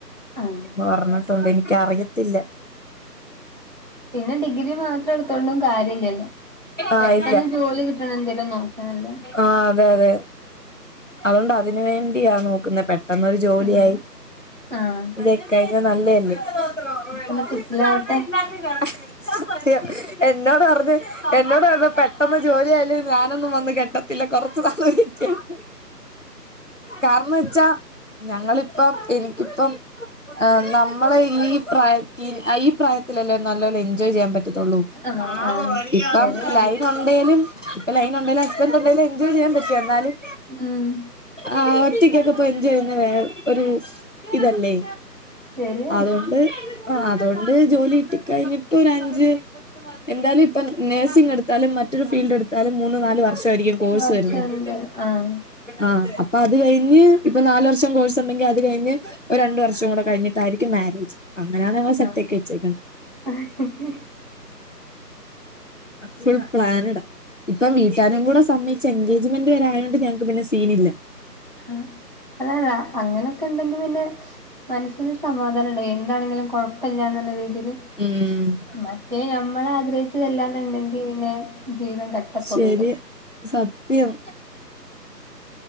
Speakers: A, on the right; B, on the left.
A: ആഹ്
B: പറഞ്ഞട്ട്ണ്ട് എനിക്കറിയത്തില്ല
A: പിന്നെ ഡിഗ്രി മാത്രം എടുത്തോണ്ടും കാര്യം ഇല്ലല്ലോ
B: ആഹ്
A: പെട്ടെന്ന്
B: ഇല്ല
A: ജോലി കിട്ടണ എന്തേങ്കിലും നോക്കാ നല്ലത്
B: ആഹ് അതെ അതെ അതുകൊണ്ട് അതിന് വേണ്ടിയാ നോക്കുന്നേ പെട്ടെന്നൊരു ജോലിയായി
A: ആഹ് ആഹ്
B: <unintelligible> നല്ലയല്ലേ <unintelligible>
A: ഒക്കെ ഒന്ന് സെറ്റിലാവട്ടെ
B: എന്നോട് പറഞ്ഞത് എന്നോട് പറഞ്ഞു പെട്ടെന്ന് ജോലിയയാല് ഞാനൊന്നും വന്ന് കെട്ടത്തില്ല കുറച്ചു നാള് വൈറ്റ്ചെയ്യണം കാരണം വച്ചാ ഞങ്ങളിപ്പം എനിക്കിപ്പം ആഹ് നമ്മള ഈ പ്രായ ഈ പ്രായത്തിലല്ലേ നല്ലോം എൻജോയ് ചെയ്യാൻ പറ്റ <unintelligible>
A: ആഹ് ആഹ് ശരിയാണ്
B: ലൈന് ഉണ്ടേലും അസ്ബൻറ് ഉണ്ടേലും എൻജോയ് ചെയ്യാൻ പറ്റോ എന്നാലും
A: ഉം
B: ആഹ് ഒറ്റക്കൊക്കെ ഇപ്പൊ എൻജോയ് ചെയ്യുന്നത് വേറെ ഒരു ഇതല്ലേ
A: ശരിയാണ്
B: അതൊണ്ട് അതൊണ്ട് ജോലി കിട്ടി കഴിഞ്ഞിട്ട് ഒരു അഞ്ച് എന്താലും ഇപ്പം നഴ്സിംഗ് എടുത്താലും മറ്റൊരു ഫീൽഡ് എടുത്ത എന്താലും മൂന്ന് നാലു വർഷമായിരിക്കും കോഴ്സ്
A: കൊറച്ചെന്ത്
B: വരുന്നത്
A: ആഹ്
B: ആഹ് അപ്പൊ അത് കഴിഞ്ഞ് ഇപ്പൊ നാല് വർഷം കോഴ്സ് ഉണ്ടെങ്കിൽ അത് കഴിഞ്ഞ് ഒരു രണ്ടു വർഷം കൂടെ കഴിഞ്ഞിട്ടായിരിക്കും മാരേജ് അങ്ങനെയാണ് ഞങ്ങള് സെറ്റ്
A: ആഹ്
B: ആക്കി വെച്ചേക്കുന്നത്
A: <inaudible>
B: ഫുൾ പ്ലാനിഡ ഇപ്പം വീട്ടാരും കൂടെസമ്മതിച്ച് എൻഗേജ്മെന്റ് വരെ ആയതൊണ്ട് ഞങ്ങൾക്ക് പിന്നെ സീൻ ഇല്ല
A: ആഹ് അതല്ല അങ്ങനെയൊക്കെ ഉണ്ടെങ്കിൽ പിന്നെ മനസ്സിനരു സമാധാന <unintelligible> എന്താണെങ്കിലും കുഴപ്പല്ല എന്നുള്ള രീതിയിൽ
B: ഉം
A: മറ്റേ നമ്മൾ ആഗ്രഹിച്ചതല്ലാന്നുണ്ടെങ്കി പിന്നെ ജീവിതം കട്ടപ്പോകേ
B: ശരി
A: ക്കാരാം
B: സത്യം